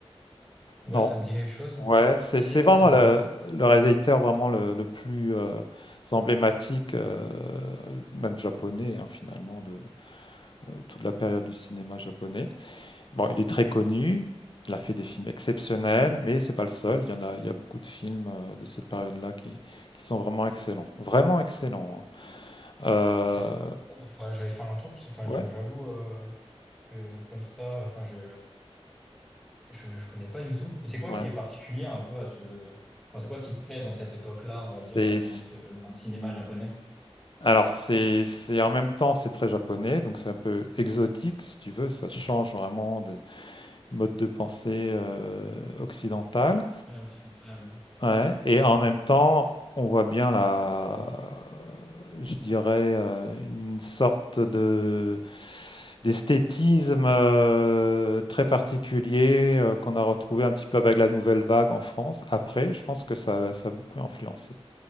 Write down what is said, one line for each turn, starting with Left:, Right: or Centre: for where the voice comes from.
Centre: ouais,
Left: Non.
Centre: ça me dit quelque chose.
Left: Ouais, c'est
Centre: Si,
Left: c'est
Centre: si, ouais,
Left: vraiment
Centre: ça me dit
Left: le,
Centre: quelque chose.
Left: le réalisateur vraiment le, le plus euh, emblématique, euh, même japonais hein, finalement, de euh, toute la période du cinéma japonais. Bon, il est très connu, il a fait des films exceptionnels, mais c'est pas le seul. Il y en a, il y a beaucoup de films euh, de cette période-là qui, qui sont vraiment excellents, vraiment excellents. hein. Euh,
Centre: Ok. Bon, faudrait que j'aille faire un tour, parce que enfin,
Left: ouais,
Centre: je- j'avoue euh, que comme ça, enfin, je, Je, je connais pas du tout. Et c'est quoi
Left: ouais.
Centre: qui est particulier un peu à ce... Enfin, c'est quoi qui te plaît dans cette époque-là, on va dire,
Left: C'est
Centre: et dans ce, dans le cinéma japonais?
Left: alors c'est c'est en même temps, c'est très japonais, donc c'est un peu exotique si tu veux, ça change vraiment de mode de pensée, heu, occidental.
Centre: Ouais, occidental.
Left: Ouais et en même temps, on voit bien la je dirais, heu, une sorte de d'esthétisme, heu, très particulier, heu, qu'on a retrouvé un petit peu avec la nouvelle vague en France. Après, je pense que ça ça a beaucoup influencé